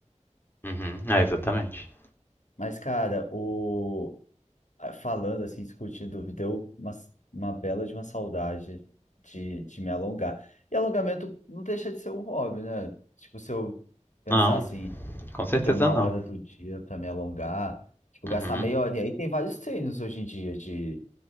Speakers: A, on the left; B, on the left.
A: e... Uhum, é, exatamente.
B: Mas, cara, o, ah, falando assim, discutindo, me deu uma, uma bela de uma saudade de, de me alongar. E alongamento não deixa de ser um hobby, né? Tipo, se eu pensar
A: Não,
B: assim,
A: com certeza
B: ter uma
A: não.
B: hora do dia para me alongar, tipo,
A: Uhum,
B: gastar meia hora. E aí tem vários treinos hoje em dia de,